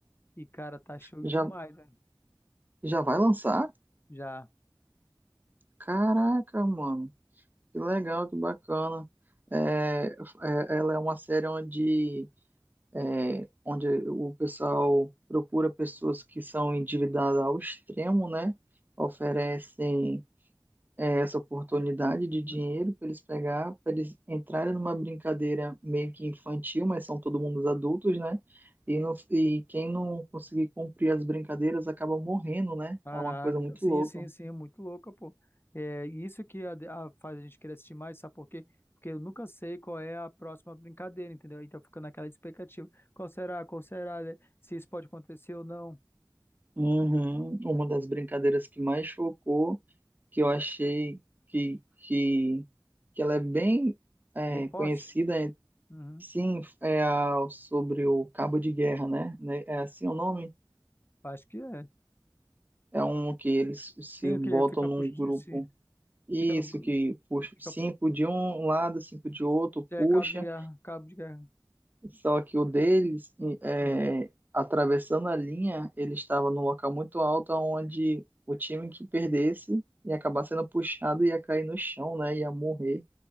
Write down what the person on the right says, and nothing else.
Já,
já vai lançar?
Caraca, mano, que legal, que bacana. É, é- ela é uma série onde, é, onde o pessoal procura pessoas que são endividadas ao extremo, né? Oferecem, é, essa oportunidade de dinheiro
para eles pegar, para eles entrarem numa brincadeira meio que infantil, mas são todo mundo adultos, né? E, não- e quem não conseguir cumprir as brincadeiras acaba morrendo, né?
É uma coisa muito
louca.
Uhum. Uma das brincadeiras que mais chocou, que eu achei que, que, que ela é bem é,
conhecida, é-
sim, é a, sobre o cabo de guerra, né? Né? É assim o nome?
É um que eles se
botam
num
grupo. Isso,
que puxa
cinco de um lado, cinco de outro,
puxa.
Só que o deles, é,
atravessando a linha, ele estava num local muito alto, onde o time que perdesse ia acabar sendo puxado, ia cair no chão, né? Ia morrer.